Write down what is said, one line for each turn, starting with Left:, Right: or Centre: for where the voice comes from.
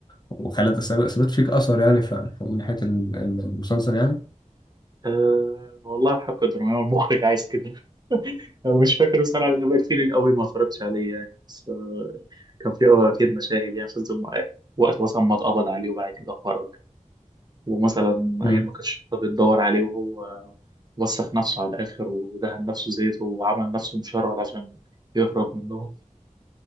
Left: وخلت أثر- سابت فيك أثر يعني ف- من ناحية ال- ال- المسلسل يعني
Right: أه والله حق الدراما المخرج عايز كده <laughs> أنا مش فاكر بصراحة لأن بقى كتير قوي ما اتفرجتش عليه يعني بس آه، كان في أكيد مشاهد يعني شفت وقت مثلا ما اتقبض عليه وبعد كده خرج ومثلا
Left: امم
Right: أيام ما كانتش الشرطه بتدور عليه وهو وسخ نفسه على الآخر ودهن نفسه زيت وعمل نفسه مشرد عشان يهرب منهم